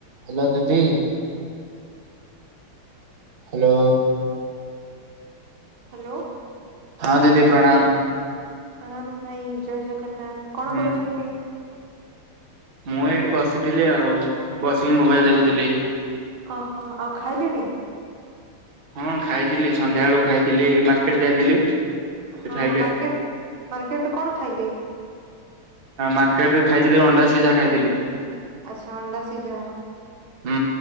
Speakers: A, on the right; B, on the right.
A: Hello ଦିଦି hello
B: hello
A: ହଁ ଦିଦି ପ୍ରଣାମ୍
B: ପ୍ରଣାମ୍ ଭାଇ ଜୟ ଜଗନ୍ନାଥ କଣ
A: ହୁଁ
B: କରୁଛନ୍ତି?
A: ମୁଁ ଏଇଠି ବସିଥିଲି ଆଉ ବସିକି ମୋବାଇଲ୍ ଦେଖୁଥିଲି।
B: ଓହୋ ଆଉ ଖାଇଲେଣି?
A: ହଁ ଖାଇଥିଲି ସନ୍ଧ୍ୟା ବେଳକୁ ଖାଇଥିଲି ମାର୍କେଟ୍ ଯାଇଥିଲି। ସେ
B: ହଁ
A: ଖାଇକି
B: ହଁ ମାର୍କେଟ୍ ମାର୍କେଟ୍ ରେ କଣ ଖାଇଲେ?
A: ମାର୍କେଟରେ ଖାଇଥିଲି ଅଣ୍ଡା ସିଝା ଖାଇଥିଲି।
B: ଆଚ୍ଛା ଅଣ୍ଡା ସିଝା
A: ହୁଁ